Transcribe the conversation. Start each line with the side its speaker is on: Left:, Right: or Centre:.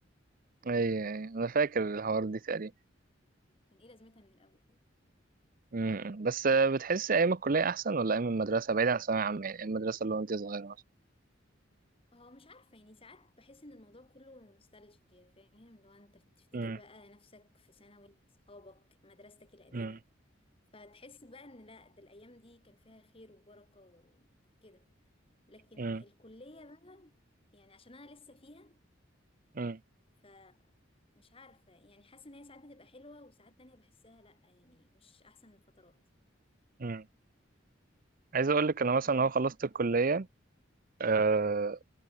Right: اي
Left: ف اه
Right: اي انا فاكر الحوار دي تقريبا
Left: كان ايه لازمتها من الأول طب
Right: امم بس آه، بتحس ايام الكليه احسن ولا ايام المدرسه بعيد عن الثانويه عامه يعني ايام المدرسه اللي هو انت صغيره مثلا
Left: اه مش عارفة يعني ساعات بحس إن الموضوع كله نوستالجيا فاهم لو أنت تفتكر
Right: امم
Left: بقى نفسك في ثانوي صحابك مدرستك القديمة
Right: امم
Left: فتحس بقى ان لا ده الايام دي كان فيها خير وبركة وكده لكن
Right: امم
Left: الكلية بقى يعني عشان انا لسه فيها
Right: امم
Left: فمش عارفة يعني حاسة ان هي ساعات بتبقى حلوة وساعات تانية بحسها لا يعني مش احسن الفترات
Right: امم عايز اقول لك انا مثلا
Left: انت بالنسبة
Right: اهو خلصت الكليه أه